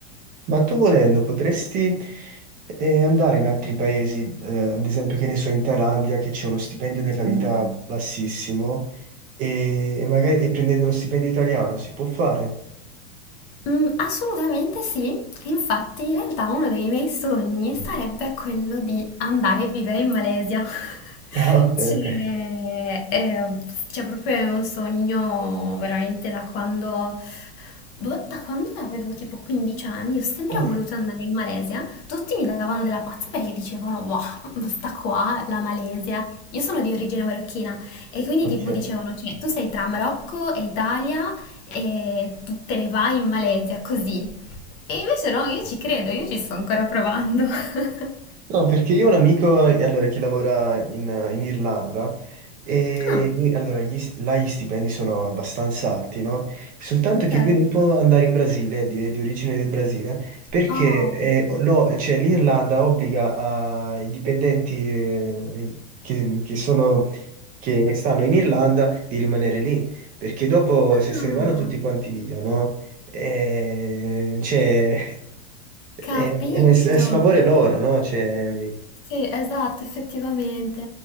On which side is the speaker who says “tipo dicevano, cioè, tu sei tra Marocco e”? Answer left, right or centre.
Left